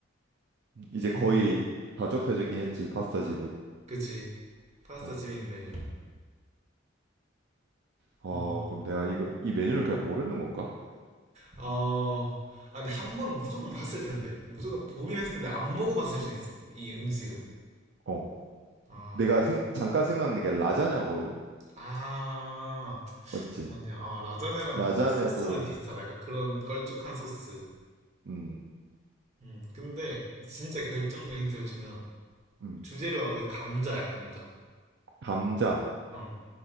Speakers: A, on the right (about 60°); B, on the right (about 35°).
A: 이제 거의
B: 음.
A: 다 좁혀지긴 했지 파스타 집으로.
B: 그치. 파스타
A: 어,
B: 집에 있는 메뉴야.
A: 어
B: 음.
A: 그럼 내가 이거 이 메뉴를 그냥 모르는 건가?
B: 어, 아니, 한 번은 무조건 봤을 텐데. 무조건 보긴 했을 텐데, 안 먹어봤을 수 있어. 이 음식을.
A: 어,
B: 아,
A: 내가 생, 잠깐 생각난 게 라자냐거든.
B: 아,
A: 맞지?
B: 아니야. 아, 라자냐랑
A: 라자냐도
B: 소스는 비슷하다. 약간 그런 걸쭉한 소스.
A: 음,
B: 음, 근데, 진짜 결정적인 힌트를 주면,
A: 음,
B: 주재료가 거의 감자야, 감자.
A: 감자,
B: 어.